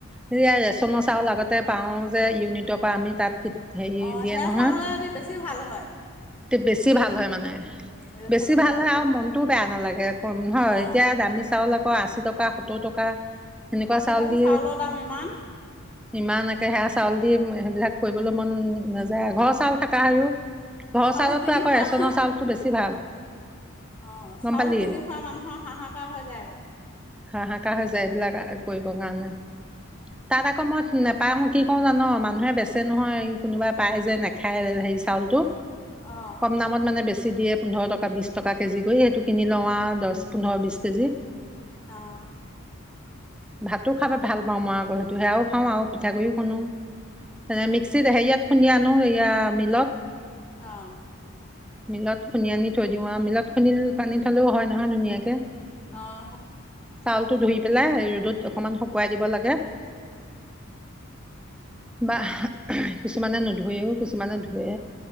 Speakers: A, in the centre; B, on the left.
A: এতিয়া ৰেচনৰ চাউল আগতে পাও যে ইউনিটৰ পৰা আমি তাত হেৰি
B: অঁ
A: দিয়ে
B: সেয়া
A: নহয়
B: চাউলেদি বেছি ভাল। হয়।
A: বেছি ভাল হয় মানে
B: ৰেচনৰ
A: বেছি ভাল
B: চাউল
A: হয় আৰু মনটোও বেয়া। নালাগে। ম হয়
B: অঁ
A: এতিয়া দামি চাউল। শ আশী টকা, সত্তৰ টকা! সেনেকুৱা
B: আজিকালি
A: চাউল দি
B: চাউলৰ দাম ইমান।
A: ইমান একে সেয়া চাউল দি সেইবিলাক কৰিবলৈ মন নাযায় ঘৰৰ চাউল থাকা হয়ও। অ ঘৰ
B: চাউল
A: চাউলতো
B: কিনি
A: আকৌ
B: খোৱা
A: ৰেচনৰ চাউলতটো বেছি ভাল।
B: অঁ
A: গম
B: চাউল
A: পালি
B: কিনি খোৱা মানুহৰ হাহাকাৰ হৈ যায়গৈ।
A: হাহাকাৰ হৈ যায়, এইবিলাক কৰিব কাৰণে। তাত আকৌ ম। নাপাওঁ কি কৰোঁ জান, মানুহে বেচে নহয় কোনোবা পাই যে নেখায় হেৰি চাউল টো
B: অঁ
A: কম দামত মানে বেছি দিয়ে পোন্ধৰ টকা বিশ টকা কেজি কৰি, সেইটোখিনি লওঁ আৰু দহ পোন্ধৰ বিশ কেজি-
B: অঁ, !
A: ভাতো খাব ভাল পাওঁ মই, আকৌ সেইটো সেয়াও খাওঁ আৰু পিঠাগুড়িও খুন। নে
B: অঁ
A: মিক্সিত আহে ইয়াত খুন্দিয়া। মানো এয়া মিলত।
B: অঁ, !
A: মেলত খুন্দি আনি থৈ দিওঁ আৰু মেলত খুন্দিল পানী থলেওঁ হয় নহয় ধুনীয়াকে।
B: অঁ, !
A: চাউলটো ধুই পেলাই ৰ'দত অকমান শুকুৱাই দিব লাগে? বা কিছুমানে নুধুুৱেও কিছুমানে ধুৱে।